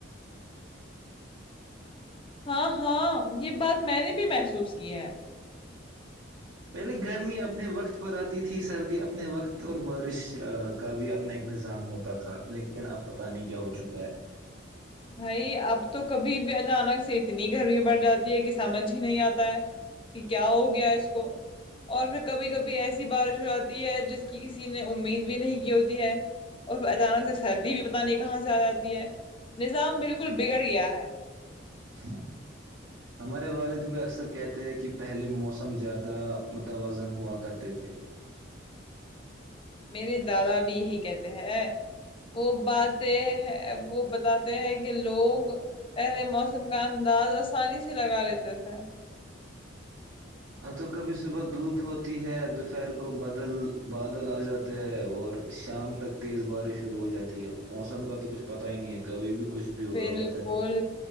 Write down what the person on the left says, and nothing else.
ہاں ہاں یہ بات میں نے بھی محسوس کی ہے
بھائی اب تو کبھی بھی اچانک سے اتنی گرمی بڑھ جاتی ہے کہ سمجھ ہی نہیں آتا ہے کہ کیا ہو گیا اس کو اور پھر کبھی کبھی ایسی بارش ہو جاتی ہے جس کی کسی نے امید بھی نہیں کی ہوتی ہے اور اچانک سے سردی بھی پتہ نہیں کہاں سے آ جاتی ہے نظام بالکل بگڑ گیا ہے
میرے دادا بھی یہی کہتے ہیں وہ باتے ہے وہ بتاتے ہیں کہ لوگ پہلے موسم کا انداز آسانی سے لگا لیتے تھے
بالکل